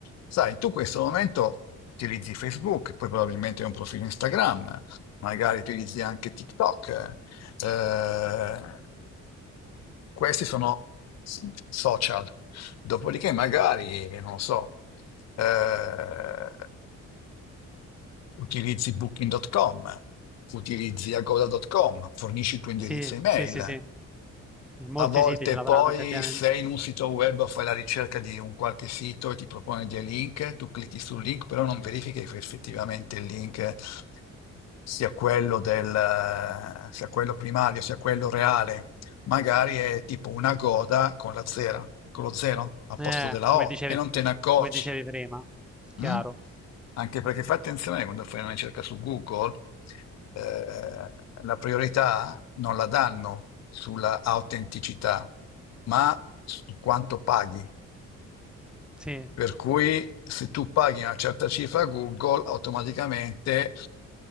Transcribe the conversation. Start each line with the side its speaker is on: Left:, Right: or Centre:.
Left: Sai, tu in questo momento utilizzi Facebook, poi probabilmente hai un profilo Instagram, magari utilizzi anche TikTok. eh, questi sono s- social. Dopodiché, magari, non lo so, eh, utilizzi booking.com, utilizzi agoda.com, fornisci il tuo indirizzo
Centre: Sì,
Left: email.
Centre: sì, sì, sì.
Left: A
Centre: Molti
Left: volte
Centre: siti ce l'avranno
Left: poi
Centre: effettivamente.
Left: sei in un sito web o fai la ricerca di un qualche sito e ti propone dei link, tu clicchi sul link, però non verifichi che effettivamente il link sia quello del, sia quello primario, sia quello reale magari è tipo una goda con la zera, con lo zero al
Centre: Eh,
Left: posto della
Centre: come
Left: O
Centre: dicevi,
Left: e non te ne accorgi.
Centre: come dicevi prima. Chiaro.
Left: mm? Anche perché fai attenzione quando fai una ricerca su Google, eh, la priorità non la danno sulla autenticità, ma su quanto paghi.
Centre: Sì,
Left: Per cui se tu paghi una certa cifra a Google, automaticamente